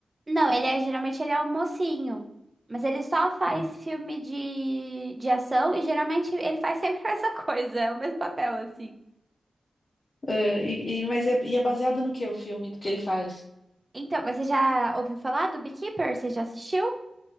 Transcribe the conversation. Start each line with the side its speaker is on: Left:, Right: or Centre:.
Right: Não, ele é geralmente ele é o mocinho. Mas ele só faz
Left: Ah,
Right: filme de, de ação e geralmente ele faz sempre <laughs> a mesma coisa, é o mesmo papel assim.
Left: eh, e, e- mas é, e é baseado no que o filme, do que ele faz?
Right: Então, mas você já ouviu falar do Beekeeper? Você já assistiu?